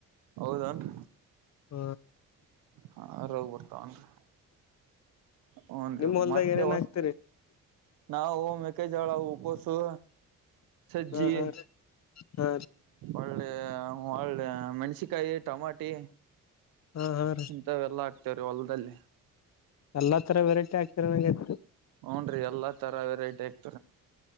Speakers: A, on the right (about 85°); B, on the left (about 50°).
A: ಹೌದನ್
B: ಹ
A: ಹಾ ರೋಗ ಬರ್ತಾವನ್ರಿ ಹನ್ರಿ
B: ನಿಮ್ ಹೊಲ್ದಾಗ
A: ಮತ್ತೆ
B: ಏನೇನ್
A: ಯಾವದ
B: ಹಾಕ್ತಿರಿ
A: ನಾವು ಮೇಕ್ಕೆಜ್ವಳ ಹೂಕೋಸು ಸಜ್ಜೆ
B: ಹ ಹ ಹ
A: ಒಳ್ಳೆ ಒಳ್ಳೆ ಮೆಣಸಕಾಯಿ ಟಮಾಟಿ
B: ಹಾ ಹಾ ರೀ
A: ಇಂಥವೆ ಎಲ್ಲಾ ಆಗ್ತವ್ರೀ ಹೊಲ್ದಲ್ಲಿ
B: ಎಲ್ಲಾ ತರ ವೆರೈಟಿ ಆಗ್ತಿರ ಅನ್ನಗ್ಯತ
A: ಹ್ನ್ ರೀ ಎಲ್ಲಾ ತರ ವೆರೈಟಿ ಆ